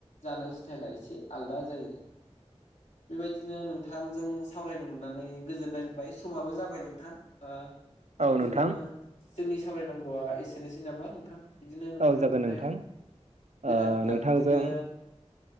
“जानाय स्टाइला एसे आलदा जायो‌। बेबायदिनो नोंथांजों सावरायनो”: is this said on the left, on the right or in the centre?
Left